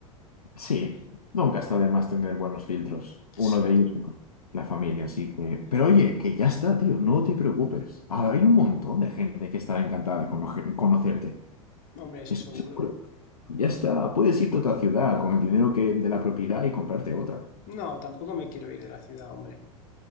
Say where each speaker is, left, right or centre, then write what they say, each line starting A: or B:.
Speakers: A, on the left (about 80°); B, on the left (about 45°).
A: sí, nunca está de más tener buenos filtros. Uno
B: Sí,
A: de ellos, bueno, la familia, así que...
B: y-
A: Pero oye, que ya está, tío, no te preocupes. Hay un montón de gente que estará encantada de conocer- conocerte.
B: hombre, eso
A: Estoy
B: seguro.
A: seguro. Ya está, puedes irte a otra ciudad con el dinero que, de la propiedad y comprarte otra.
B: No, tampoco me quiero ir de la ciudad, hombre.